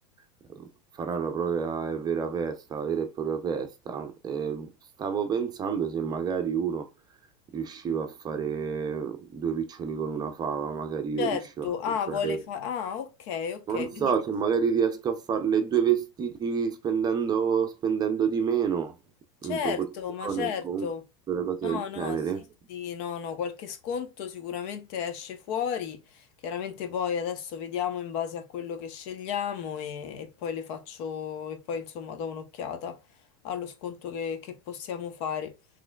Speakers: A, on the right; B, on the left.
A: eh, farà la propria e vera festa, la vera e propria festa. E stavo pensando se magari uno riusciva a fare due piccioni con una fava, magari io
B: Certo,
A: riuscivo a
B: ah,
A: comprare.
B: vuole fare... Ah, ok, ok,
A: Non
B: quindi...
A: so se magari riesco a farle due vestiti spendendo, spendendo di meno
B: Certo,
A: in proporzione
B: ma certo.
A: o comunque una cosa
B: No,
A: del
B: no,
A: genere.
B: sì, sì, no, no, qualche sconto sicuramente esce fuori. Chiaramente poi adesso vediamo in base a quello che scegliamo e, e poi le faccio e poi insomma do un'occhiata allo sconto che, che possiamo fare.